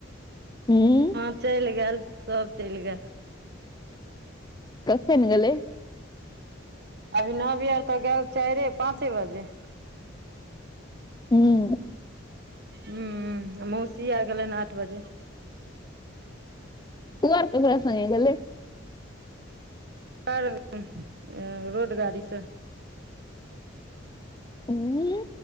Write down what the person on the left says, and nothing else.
हूँ
कखैन गेलै?
उंहूँ।
उ और ककरा संगे गेलै?
हूं उ